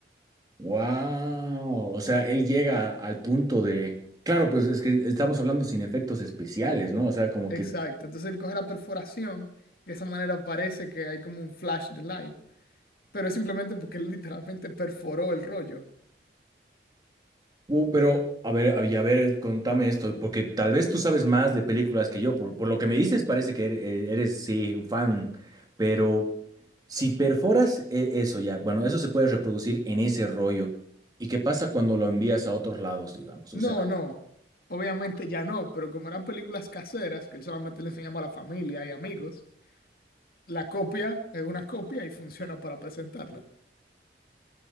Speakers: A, on the right (about 20°); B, on the left (about 55°).
A: Wow, o sea, él llega al punto de, claro, pues es que estamos hablando sin efectos especiales, ¿no? O sea, como
B: Exacto.
A: que,
B: Entonces él coge la perforación y de esa manera parece que hay como un flash de light. Pero es simplemente porque él literalmente perforó el rollo.
A: uh, pero a ver, y a ver, contame esto, porque tal vez tú sabes más de películas que yo, por, por lo que me dices parece que eres, eh, eres, sí, un fan, pero si perforas eh, eso ya, bueno, eso se puede reproducir en ese rollo. ¿Y qué pasa cuando lo envías a otros lados, digamos?
B: No,
A: O sea,
B: no. Obviamente ya no, pero como eran películas caseras, que él solamente le enseñaba a la familia y amigos, La copia es una copia y funciona para presentarla.